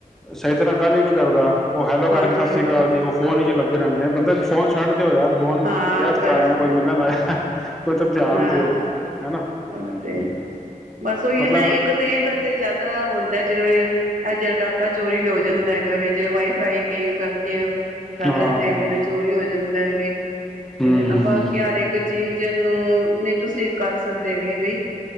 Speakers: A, in the centre; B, on the right.
A: ਸਹੀ ਤਰ੍ਹਾਂ ਗੱਲ ਹੀ ਨੀ ਕਰਦਾ। ਉਹ ਹੈਲੋ
B: ਹਾਂਜੀ
A: ਕਰਕੇ ਸਤਿ ਸ਼੍ਰੀ
B: ਉਹ
A: ਅਕਾਲੀ ਫੋਨ ਹੀ ਜੀ ਲੱਗੇ ਕਰਾਉਂਦੇ ਬੰਦਾ ਫੋਨ ਛੱਡ ਹੋ ਯਾਰ ਫੋਨ
B: ਹਾਂ
A: ਗੈਸਟ
B: ਬਸ
A: ਆਏਆ ਕੋਈ ਮਿਲਣ ਆਇਆ। ਕੁਛ ਗਿਆਨ
B: ਹਾਂ
A: ਦਿਓ ਹਨਾ।
B: ਉਹ ਤੇ ਬਸ ਉਹੀ
A: ਮਤਲਬ
B: ਨਾ ਇੱਕ ਤੇ ਇਹ ਦਾ ਤੇ ਜਿਆਦਾ ਹੁੰਦਾ ਜਿਹੜਾ ਇਹ ਜਿ ਡਾਟਾ ਚੋਰੀ ਵੀ ਹੋ ਜਾਂਦਾ ਹੈਗਾ ਵ। ਜ ਵਾਈਫਾਈ ਕਈ ਕਰਕੇ ਉਹ ਕਰ
A: ਹਾਂ
B: ਲੈਂਦੇ ਹੈਗੇਨ ਚੋਰੀ ਹੋ ਜਾਂਦਾ। <unintelligible>
A: ਹੂੰ
B: ਇਹਦੇ ਨਾ
A: ਹੂੰ
B: ਬਾਕੀ ਹਰ ਇੱਕ ਚੀਜ਼ ਨੂੰ ਨਹੀਂ ਤੁਸੀਂ ਕਰ ਸਨ ਦੇਗੇ ਭਈ